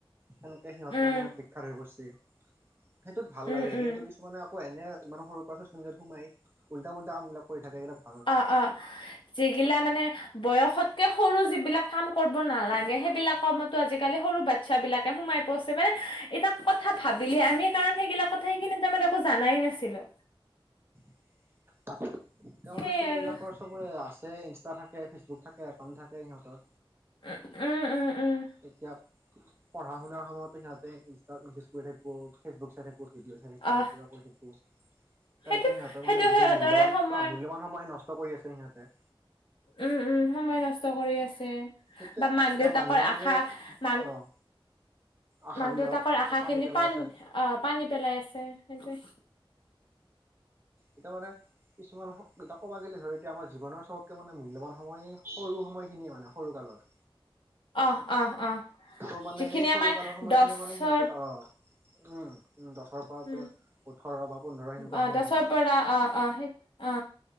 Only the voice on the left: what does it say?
উম,
উম,
উম।
অ', অ', যিগিলা মানে বয়সত সৰু যিবিলাক কাম কৰিব নালাগে সেইবিলাকৰ আজিকালি সৰু বাচ্ছা বিলাকে সোমাই পোৰছে, মানে এটা কথা ভাবিলে আমি কাৰণ সেইবিলাক কথা সেই কিনি তাৰমানে একো জানাই নাছিলো।
সেইয়াই
আৰু
উ, উম, উম, উম।
অ'।
সেইটো
সেইটো
সিহঁতৰে
সময়
উম, উম, সময় নষ্ট কৰি আছে,
বা মাক
দেউতাকৰ
আশা মাক
মাক দেউতাকৰ আশা
খিনি
পান
অ', পানী পেলাই আছে সেইটোৱে।
অ', অ', অ'।
যিখিনি
আমাৰ
দছৰ
উম
অ
দছৰ পৰা অ অ সেই অ